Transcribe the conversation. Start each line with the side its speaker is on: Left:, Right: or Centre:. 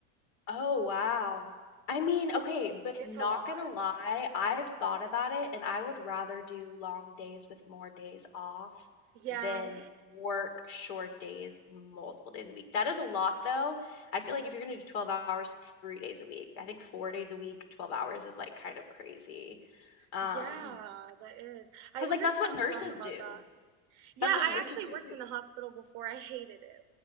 Left: Oh, wow. I mean,
Right: It's
Left: okay, but
Right: it's
Left: not
Right: a lot.
Left: gonna lie, I've thought about it and I would rather do long days with more days off
Right: Yeah.
Left: than work short days multiple days a week. That is a lot though. I feel like if you're gonna do 12 hours, three days a week, I think four days a week, 12 hours is like kind of crazy. Um,
Right: Yeah, that is. I
Left: because
Right: wonder
Left: like that's
Right: if
Left: what
Right: I was
Left: nurses
Right: wrong about
Left: do.
Right: that. Yeah,
Left: That's what
Right: I
Left: nurses
Right: actually
Left: do
Right: worked
Left: too.
Right: in a hospital before. I hated it.